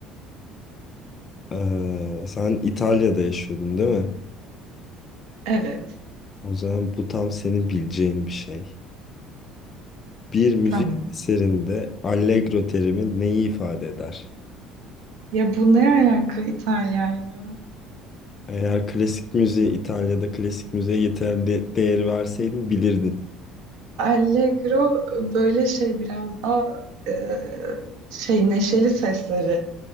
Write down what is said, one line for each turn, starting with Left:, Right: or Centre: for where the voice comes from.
Left: Ee, sen İtalya'da yaşıyordun değil mi?
Right: Evet.
Left: O zaman bu tam senin bileceğin bir şey. Bir müzik
Right: Tamam.
Left: eserinde allegro terimi neyi ifade eder?
Right: Ya bu ne alaka İtalya'yla?
Left: Eğer klasik müziğe, İtalya'da klasik müziğe yeterli değeri verseydin bilirdin.
Right: Allegro böyle şey biraz daha e, şey neşeli sesleri